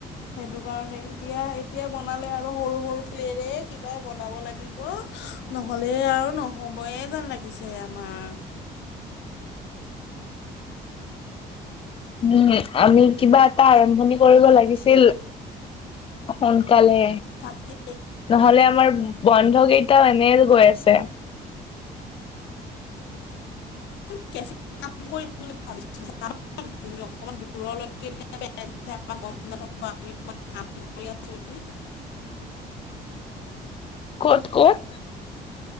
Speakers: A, on the left; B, on the left.
A: সেইটো কাৰণে এতিয়া এতিয়া বনালে আৰু সৰু সৰু ক্লে ৰে কিবা বনাব লা গিব নহলে আৰু নহবয়ে যেন লাগিছে আমাৰ
B: উম আমি কিবা এটা আৰম্ভণি কৰিব লাগিছিল। সোনকালে
A: তাকে
B: নহলে আমাৰ বন্ধ কেইটাও এনে গৈ আছে।
A: <unintelligible> <unintelligible>
B: ক'ত ক'ত?